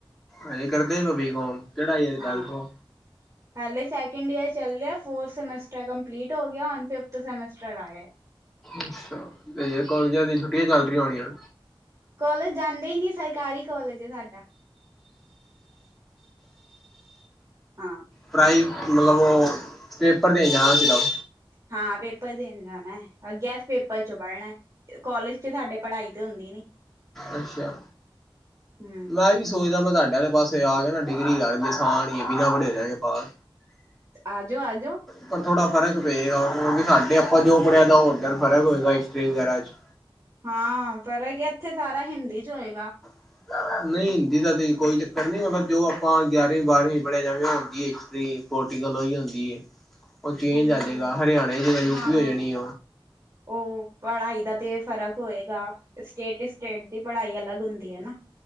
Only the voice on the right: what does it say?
ਹਾਂ
ਹਾਲੇ ਸੈਕਿੰਡ ਈਅਰ ਚੱਲ ਰਿਹਾ, ਫੋਰਥ ਸੈਮਸਟਰ ਕੰਪਲੀਟ ਹੋ ਗਿਆ, ਹੁਣ ਫਿਫਥ ਸੈਮਸਟਰ ਆਇਆ
ਕੋਲਜ ਜਾਂਦੇ ਹੀ ਨਹੀ, ਸਰਕਾਰੀ ਕੋਲਜ ਏ ਸਾਡਾ ਆਂ
ਹਾਂ ਪੇਪਰ ਦੇਣ ਜਾਣਾ, ਔਰ ਗੈਸ ਪੇਪਰ 'ਚੋਂ ਪੜਣਾ ਇਹ ਕੋਲਜ 'ਚ ਸਾਡੇ ਪੜ੍ਹਾਈ ਤੇ ਹੁੰਦੀ ਨੀ
ਹੂੰ
ਆਜੋ -ਆਜੋ
ਹਾਂ, ਫਰਕ ਹੈ ਇੱਥੇ ਸਾਰਾ ਹਿੰਦੀ 'ਚ ਹੋਏਗਾ
ਹੂੰ
ਹਾਂ
ਉਹ, ਪੜ੍ਹਾਈ ਦਾ ਤੇ ਫ਼ਰਕ ਹੋਏਗਾ, ਸਟੇਟ ਏ ਸਟੇਟ ਦੀ ਪੜ੍ਹਾਈ ਅਲੱਗ ਹੁੰਦੀ ਐ ਨਾ